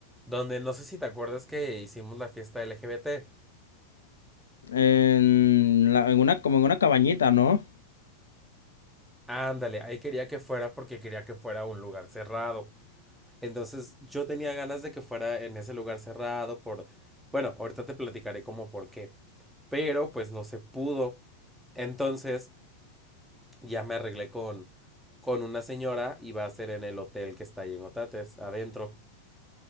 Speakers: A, in the centre; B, on the left.
A: donde no sé si te acuerdas que hicimos la fiesta LGBT.
B: En la, en una, como en una cabañita, ¿no?
A: Ándale, ahí quería que fuera porque quería que fuera un lugar cerrado. Entonces yo tenía ganas de que fuera en ese lugar cerrado por... Bueno, ahorita te platicaré como por qué. Pero pues no se pudo. Entonces ya me arreglé con, con una señora y va a ser en el hotel que está ahí en Otates, adentro.